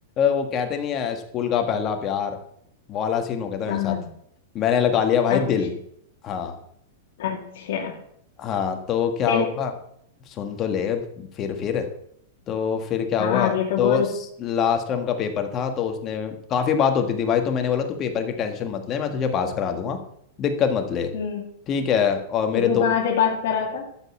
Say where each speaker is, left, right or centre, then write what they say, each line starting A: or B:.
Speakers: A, on the left; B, on the left.
A: वो कहते नहीं है स्कूल का पहला प्यार वो वाला सीन हो गया था मेरे
B: हाँ
A: साथ मैंने लगा लिया भाई
B: अच्छा
A: दिल हाँ
B: अच्छा
A: हाँ तो क्या
B: फिर
A: हुआ सुन तो ले फिर फिर तो फिर क्या
B: हाँ
A: हुआ
B: आगे तो
A: तो
B: बोल
A: लास्ट टर्म का पेपर था तो उसने काफ़ी बात होती थी भाई तो मैंने बोला तू पेपर की टेंशन मत ले मैं तुझे पास करा दूंगा दिक्कत मत ले
B: हम्म।
A: ठीक है और मेरे
B: तो तू
A: दो
B: कहाँ से पास करा था